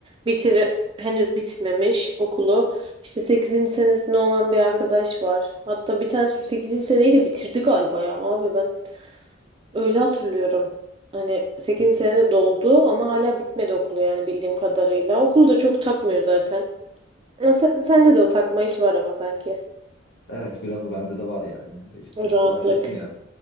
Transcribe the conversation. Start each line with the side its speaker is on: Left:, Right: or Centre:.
Right: bitir henüz bitmemiş okulu işte sekizinci senesinde olan bir arkadaş var hatta bir tanesi sekizinci seneyi de bitirdi galiba ya abi ben öyle hatırlıyorum hani 8.
Left: <laughs>
Right: senede doldu ama hala bitmedi okulu yani bildiğim kadarıyla okulu da çok takmıyor zaten ama sen, sende de o takma iş var ama sanki
Left: Evet biraz da bende de var yani işte
Right: o rahatlık
Left: bahsettim ya